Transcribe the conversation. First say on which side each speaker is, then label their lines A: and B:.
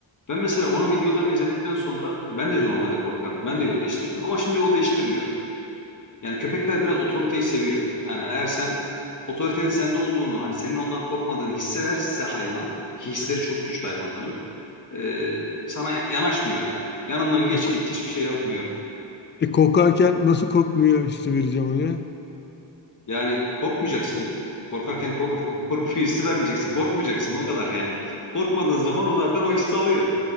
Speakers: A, on the left (about 40°); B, on the left (about 25°).
A: Ben mesela onun videolarını izledikten sonra ben de normalde korkardım. Ben de yol değiştirdim ama şimdi yol değiştirmiyorum. Yani köpekler biraz otoriteyi seviyor. Yani eğer sen otoritenin sende olduğunu, hani senin ondan korkmadığını hissederse hayvan, ki hisleri çok güçlü hayvanların, e, sana yanaşmıyor yani. Yanından geç
B: E,
A: git hiçbir şey yapmıyor.
B: e, korkarken nasıl korkmuyor hissi vereceğim oraya?
A: Yani korkmayacaksın. Korkarken kork <laughs> korkuyor hissi vermeyeceksin. Korkmayacaksın o kadar yani. Korkmadığın zaman o zaten o hissi alıyor.